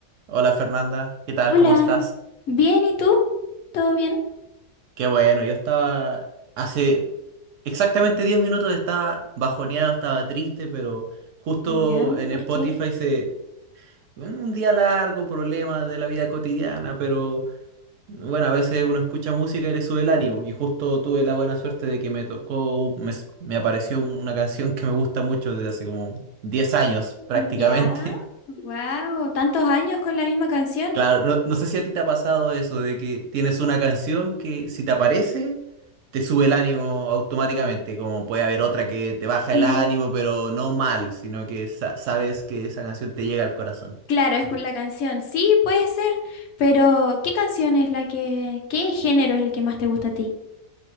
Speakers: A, on the right (about 70°); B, on the left (about 60°).
A: Hola Fernanda, ¿qué tal?
B: Hola,
A: ¿Cómo estás?
B: bien, ¿y tú? ¿Todo bien?
A: Qué bueno, yo estaba hace exactamente 10 minutos estaba bajoneado, estaba triste, pero justo
B: Ya,
A: en
B: ¿por
A: Spotify
B: qué?
A: se... Un día largo, problemas de la vida cotidiana, pero bueno, a veces uno escucha música y le sube el ánimo. Y justo tuve la buena suerte de que me tocó, me, me apareció una canción que me gusta mucho desde hace como 10 años prácticamente.
B: Ya, wow, tantos años con la misma canción.
A: Claro, no, no sé si a ti te ha pasado eso de que tienes una canción que si te aparece te sube el ánimo automáticamente, como puede haber otra que te baja
B: Sí.
A: el ánimo, pero no mal, sino que sa- sabes que esa canción te llega al corazón.
B: Claro, es por la canción. Sí, puede ser, pero ¿qué canción es la que, qué género es el que más te gusta a ti?